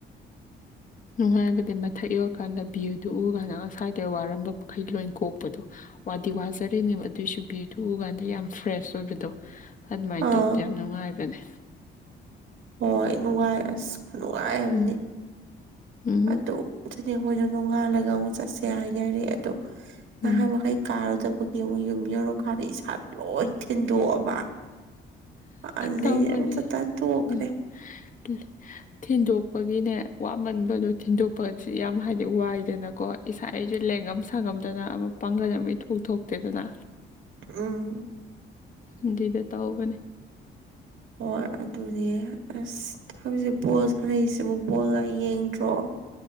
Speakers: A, on the left (about 40°); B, on the right (about 75°).
A: ꯅꯨꯡꯉꯥꯏꯕꯗꯤ ꯃꯊꯛ ꯌꯧꯔꯀꯥꯟꯗ ꯚ꯭ꯌꯨꯗꯨ ꯎ ꯀꯥꯟꯗ ꯉꯁ꯭ꯥꯏꯗꯩ ꯋꯥꯔꯝꯕ ꯃꯈꯩ ꯂꯣꯏ ꯀꯣꯛꯄꯗꯣ ꯋꯥꯗꯤ ꯋꯥꯖꯥꯔꯤꯅꯦꯕ ꯑꯗꯨꯏꯁꯨ ꯕꯤꯎꯗꯨ ꯎ ꯀꯥꯟꯗ ꯌꯥꯝ ꯐ꯭ꯔꯦꯁ ꯑꯣꯏꯕꯗꯣ ꯑꯗꯨꯃꯥꯏ
B: ꯑꯥ
A: ꯇꯧꯕꯗꯣ ꯌꯥꯝ ꯅꯨꯡꯉꯥꯏꯕꯅꯦ
B: ꯍꯣꯏ ꯅꯨꯡꯉꯥꯏ ꯑꯁ ꯈꯨꯅꯨꯡꯉꯥꯏ ꯑꯝꯅꯤ
A: ꯎꯝ ꯎꯝ
B: ꯑꯗꯨ ꯆꯅꯤ ꯑꯩꯈꯣꯏꯗ ꯅꯣꯡꯉꯥꯜꯂꯒ ꯑꯃꯨꯛ ꯆꯠꯁꯦ ꯍꯥꯏꯅꯔꯥꯔꯦ ꯑꯗꯣ ꯅꯍꯥꯟ
A: ꯎꯝ
B: ꯃꯈꯩ ꯀꯥꯔꯨꯗꯕꯒꯤ ꯑꯃꯨꯛ ꯌꯨꯝ ꯌꯧꯔꯀꯥꯟꯗ ꯏꯁꯥ ꯂꯣꯏ ꯊꯤꯟꯗꯣꯛꯑꯕ ꯑꯗꯨꯗꯩ
A: ꯇꯧꯕꯅꯦ
B: ꯑꯝ ꯆꯇꯥꯥꯟ ꯇꯣꯛꯈ꯭ꯔꯦ
A: <inaudible> ꯊꯤꯟꯗꯣꯛꯄꯒꯤꯅꯦ ꯋꯥꯃꯟꯕꯗꯣ ꯊꯤꯟꯗꯣꯛꯄꯁꯤ ꯌꯥꯝ ꯍꯥꯏꯗꯤ ꯋꯥꯏꯗꯅ ꯀꯣ ꯏꯁꯥ ꯑꯩꯖꯨ ꯂꯦꯡꯉꯝ ꯁꯥꯉꯝꯗꯅ ꯑꯃꯛ ꯄꯥꯡꯒꯜ ꯑꯃ ꯏꯊꯣꯛ-ꯊꯣꯛ ꯇ꯭ꯔꯦꯗꯅ
B: ꯎꯝ
A: ꯑꯗꯤꯗ ꯇꯧꯕꯅꯦ
B: ꯍꯣꯏ ꯑꯗꯨꯅꯦ ꯑꯁ ꯍꯧꯖꯤꯛ ꯕꯣꯜ ꯁꯥꯟꯅꯩꯁꯤꯕꯨ ꯕꯣꯜꯒ ꯌꯦꯡꯗ꯭ꯔꯣ